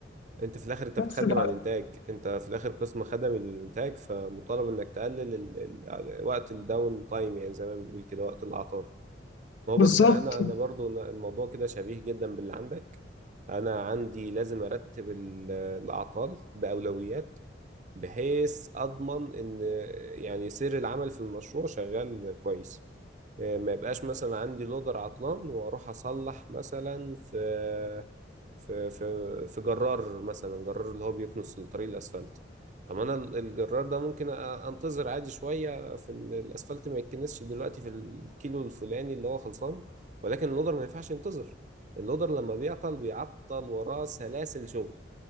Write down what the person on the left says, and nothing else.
بتتغسل
على-
بالظبط